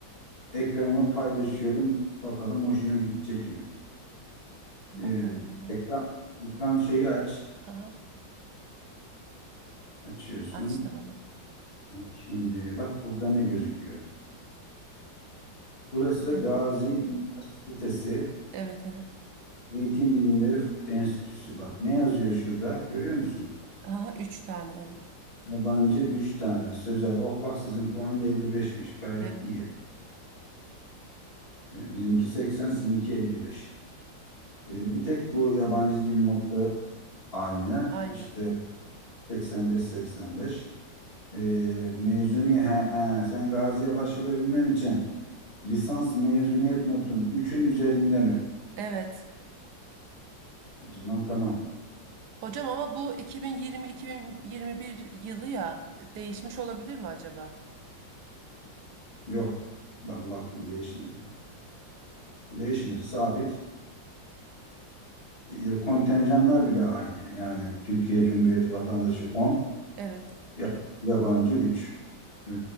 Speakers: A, on the left; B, on the right.
A: Ekranı paylaşıyorum. Bakalım hoşuna gidecek mi?
B: Bakalım
A: Ee,
B: hocam.
A: ekran ekran şeyi aç.
B: Ha,
A: Açıyorsun.
B: açtım hocam.
A: Şimdi bak burada ne gözüküyor? Burası
B: Evet.
A: Gazi Üniversitesi
B: Evet evet.
A: Eğitim Bilimleri Enstitüsü. Bak ne yazıyor şurada? Görüyor musun?
B: Aha, üç tane evet.
A: Yabancı 3 tane. Sözel. Oh bak sizin puan da 55'miş. Gayet
B: Evet.
A: iyi. Ee, bizimki 80, sizinki 55. E, bir tek bu yabancı dil notta aynı.
B: <laughs> Aynı.
A: İşte 85-85. E, mezuni he, he, sen Gazi'ye başvurabilmen için lisans mezuniyet notun üçün üzerinde mi?
B: Evet.
A: O zaman tamam.
B: Hocam ama bu 2020-2021 yılı ya değişmiş olabilir mi acaba?
A: Yok. Ben baktım değişmedi. Değişmedi sabit. E, kontenjanlar bile aynı. Yani Türkiye Cumhuriyeti vatandaşı 10,
B: Evet,
A: ya- yabancı 3. E,